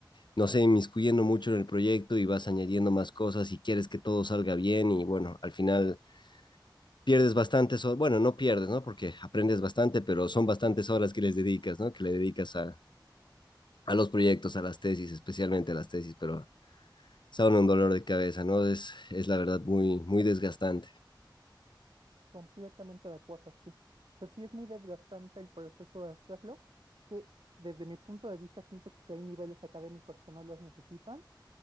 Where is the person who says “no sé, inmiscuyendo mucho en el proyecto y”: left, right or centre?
Left